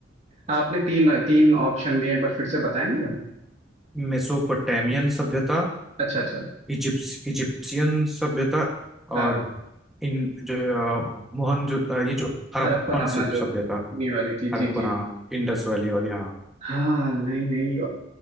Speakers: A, on the right; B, in the centre.
A: आपने तीन तीन ऑप्शन दिए एक बार फिर से बताएंगे हम
B: मेसोपोटामियन सभ्यता
A: अच्छा अच्छा
B: इजिप्स इजिप्शियन सभ्यता
A: हाँ
B: और इन जो अ, मोहन जो अ, ये जो हड़प्पन
A: हरप्पन अपना
B: सभ्यता
A: जो अपनी वाली थी
B: हड़प्पन
A: जी जी
B: हाँ
A: जी
B: इंडस वैली वाली हाँ
A: हाँ नहीं नहीं